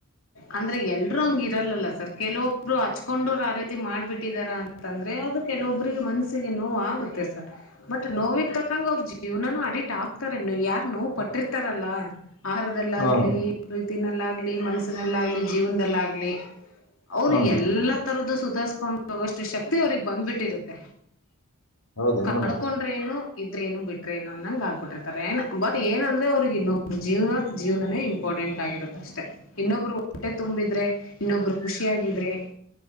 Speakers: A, on the left (about 60°); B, on the left (about 85°).
A: ಅಂದ್ರೆ ಎಲ್ರುೂ ಹಂಗ ಇರಲ್ಲಲ್ಲ ಸರ್ ಕೆಲವೊಬ್ರು ಹಚ್ಕೊಂಡೋರು ಆ ರೀತಿ ಮಾಡ್ಬಿಟ್ಟಿದಾರಾ ಅಂತಂದ್ರೆ ಅದು ಕೆಲವೊಬ್ರಿಗೆ ಮನಸ್ಸಿಗೆ ನೋವು ಆಗುತ್ತೆ ಸರ್ ಬಟ್ ನೋವಿಕ್ ತಕಂಗ ಅವ್ರರು ಜೀವನನುೂ ಅಡಿಕ್ಟ್ ಆಗ್ತಾರೋ ಯಾರ್ು ನೋವು ಪಟ್ಟಿರ್ತಾರಲ್ಲ ಆಹಾರದಲ್ಲ
B: ಹ್ಮ್
A: ಆಾಗಲಿ ಿನಲ್ಲ ಆಗ್ಲಿ ಮನ್ಸ ಲ್ಲ ಆ್ಲಿ ಜೀವನದಲ್ಲಾಗಲಿ ಅವ್ರು
B: ಹ್ಮ್
A: ಎಲ್ಲಾ ತರದ್ದು ಸುಧಾರ್ಸ್ಕೊಂಡ್ ಹಗಷ್ಟು ಶಕ್ತ ಮತ್ತವ್ರಿಗೆ ಬಂದ್ಬಿಟ್ಟಿರುತ್ತೆ
B: ಹೌದೇನ್
A: ಹ
B: ಮೇಡಮ್
A: ಕಳ್ಕೊಂಡ್ರೇನು ಇದ್ರೆೇನು ಬಿಟ್ರೇಏನು ಅಂದಂಗಗೆ ಆ್ಬಿಟ್ಟಿರ್ತಾರೆ ಏ ಬಟ್ ಏನಂದ್ರೆ ಅವ್ರಿಗೆ ಇನ್ನೊಬ್್ರ ಜೀವನ ಜೀವನೇ ಇಂಪಾರ್ಟೆಂಟ್ ಆಗಿರುತ್ತ ಅಷ್ಟೆ ಇನ್ನೊಬ್ರು ಬಟ್ಟೆ ತುಂಬಿದ್ರೆ ಇನ್ನೊಬ್ಬರು ಖುಷಿಿಯಾಗಿದ್ರೆ